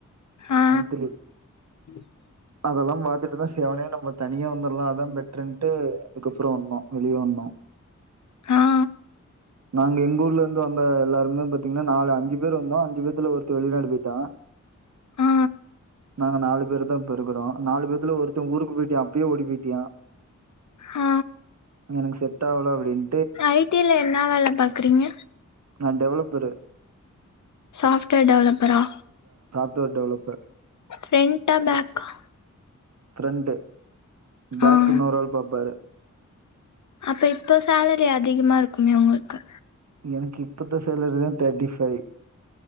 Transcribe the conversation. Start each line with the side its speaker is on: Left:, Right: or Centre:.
Left: ஆ
Right: மந்த்லி
Left: <unintelligible>
Right: அதெல்லாம் பாத்துட்டு தா சிவனேன்னு நம்ம தனியா வந்துர்லா அதான் பெட்ருன்ட்டு அதுக்கப்புறோ வந்தோ வெளியே வந்தோ
Left: அ
Right: நாங்க எங்க ஊர்ல ந்து வந்த எல்லாருமே பாத்தீங்கன்னா நாலு அஞ்சு பேர் வந்தோ அஞ்சு பேத்துல ஒருத்தே வெளிநாடு போயிட்டா
Left: ஆ
Right: நாங்க நாலு பேரு தா இப்ப இருக்குறோ நாலு பேத்துல ஒருத்த ஊருக்கு போயிட்டா அப்பயே ஓடி போயிட்டியா
Left: அ
Right: எனக்கு செட் ஆகல அப்டின்
Left: ஐ டி ல என்ன வேலை பாக்குறீங்க
Right: நா டெவலப்பரு
Left: சாப்ட்வேர் டெவலப்பரா
Right: தேர்ட் டெவலப்பர்
Left: ஃப்ரண்டா பேக்கா
Right: ஃப்ரெண்ட் பேக்
Left: ஆ
Right: இன்னொரு ஆள் பாப்பாரு
Left: அப்ப இப்போ சேலரி அதிகமா இருக்குமே உங்களுக்கு
Right: எனக்கு இப்போத்த சேலரி தா தேர்ட்டி ஃபைவ்